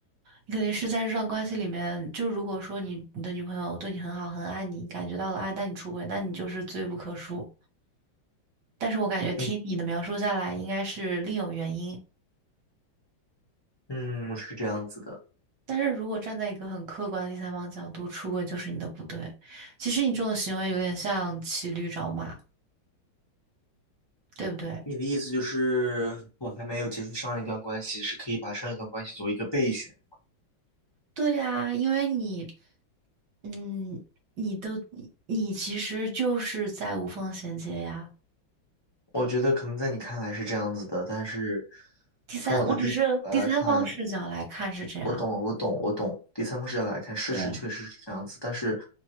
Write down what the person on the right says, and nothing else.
你肯定是在这段关系里面，就如果说你你的女朋友对你很好，很爱你，感觉到了爱，但你出轨，那你就是罪不可恕。但是我感觉听你的描述下来，
应该是另有原因。
但是如果站在一个很客观的第三方角度，出轨就是你的不对。其实你这种行为有点像骑驴找马，对不对？
对呀，因为你，嗯，你都你其实就是在无缝衔接呀。
第三，
我只是第三方视角来看是这样。
对，